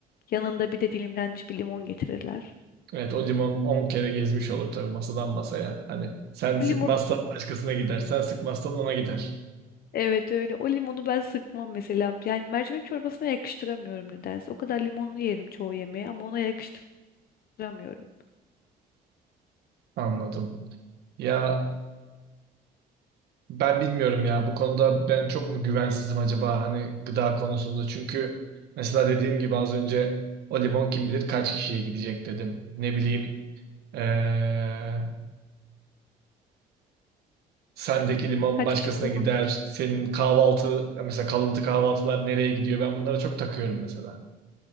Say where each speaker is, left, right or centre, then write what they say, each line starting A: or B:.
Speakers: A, on the left; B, on the right.
A: Yanında bir de dilimlenmiş bir limon getirirler.
B: Evet o limon 10 kere gezmiş olur tabii masadan masaya. Hani sen sıkmazsan
A: O limon
B: başkasına gider, sen sıkmazsan ona gider.
A: Evet öyle. O limonu ben sıkmam mesela. Yani mercimek çorbasına yakıştıramıyorum nedense. O kadar limonlu yerim çoğu yemeği ama ona yakıştıramıyorum. hatırlamıyorum.
B: Anladım. Ya ben bilmiyorum ya bu konuda ben çok mu güvensizim acaba hani gıda konusunda. Çünkü mesela dediğim gibi az önce o limon kim bilir kaç kişiye gidecek dedim. Ne bileyim eee, sendeki limon
A: Kaç
B: başkasına
A: kişi kullandı?
B: gider. Senin kahvaltı mesela kalıntı kahvaltılar nereye gidiyor? Ben bunlara çok takıyorum mesela.